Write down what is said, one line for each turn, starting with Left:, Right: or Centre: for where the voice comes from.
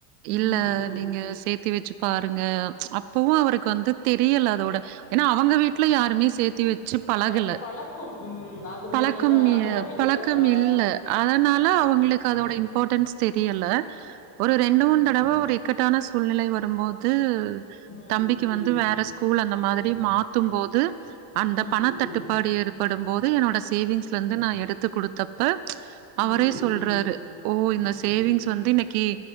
Right: இல்ல
Left: ம் ம்
Right: நீங்க சேத்தி வச்சு பாருங்க அப்பவு அவருக்கு வந்து தெரியல அதோட ஏன்னா அவங்க வீட் வீ்ட்ல யாருமே சேத்தி வெச்சி பழகல
Left: பண் பழக்கம் ம் அதனோட
Right: பழக்கம்
Left: இத
Right: இ
Left: அனுபவிக்கல
Right: பழக்கம்
Left: ஆ
Right: இல்ல அதனால அவங்களுக்கு அதோட இம்பார்ட்டன்ஸ் தெரியல ஒரு ரெண்டு மூணு தடவ ஒரு இக்கட்டான சூழ்நிலை வருபோது
Left: ம்
Right: தம்பிக்கி
Left: ம்
Right: வந்து வேற ஸ்கூல் அந்த மாதிரி மாத்தும்போது அந்த
Left: ம்
Right: பணத்தட்டுப்பாடு
Left: ம்
Right: ஏற்படும் போது என்னோட சேவிங்ஸ்ல இந்து நா எடுத்து குடுத்த ப்ப அவரே
Left: ம்
Right: சொல்றாரு
Left: ம்
Right: ஓ இந்த
Left: ம்
Right: சேவிங்ஸ் வந்து இன்னக்கி